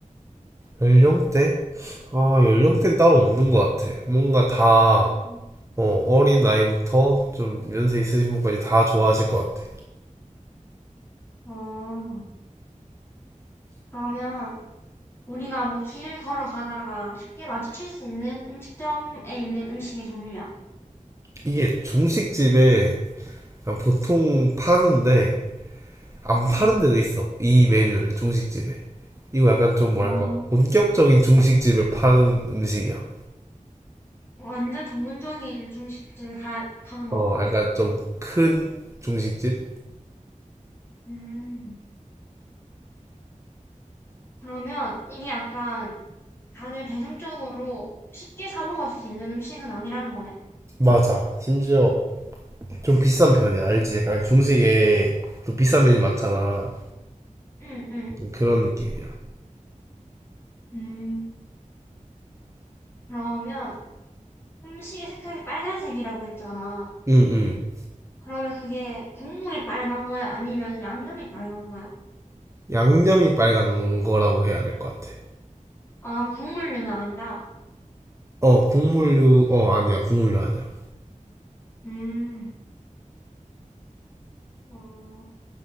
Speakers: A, on the right; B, on the left.
A: 연령대? 아, 연령대는 따로 없는 것 같아. 뭔가 다,
B: 음.
A: 어, 어린 나이부터 좀 연세 있으신 분까지 다 좋아하실 것 같아.
B: 어, 그러면 우리가 뭐 길 걸어가다가 쉽게 마주칠 수 있는 음식점에 있는 음식의 종류야?
A: 이게 중식집에 그냥 보통 파는데, 안
B: 응.
A: 파는 데도 있어. 이 메뉴를, 중식집에. 이거 약간 좀 뭐랄까,
B: 어,
A: 본격적인 중식집에 파는 음식이야.
B: 완전 전문적인 중식집에 가, 가는 거구나.
A: 어, 약간 좀 큰 중식집?
B: 음. 그러면 이게 약간 다들 대중적으로 쉽게 사 먹을 수 있는 음식은 아니라는 거네?
A: 맞아. 심지어 좀 비싼 편이야. 알지? 약간 중식에 또 비싼 메뉴 많잖아.
B: 응, 응.
A: 그런 느낌이야.
B: 음. 그러면 음식의 색깔이 빨간색이라고 했잖아.
A: 응, 응.
B: 그러면 그게 국물이 빨간 거야? 아니면 양념이 빨간 거야?
A: 양념이 빨간 거라고 해야 될 것 같아.
B: 아, 국물류는 아니다.
A: 어, 국물류, 어, 아니야. 국물류 아니야.
B: 음. 어.